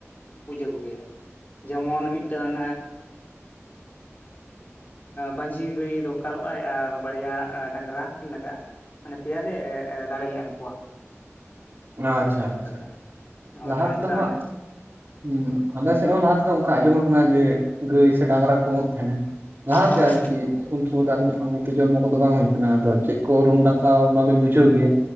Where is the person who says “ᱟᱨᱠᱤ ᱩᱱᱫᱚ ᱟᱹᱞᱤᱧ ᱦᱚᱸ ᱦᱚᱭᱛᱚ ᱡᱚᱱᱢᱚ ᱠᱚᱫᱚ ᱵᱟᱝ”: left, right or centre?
Right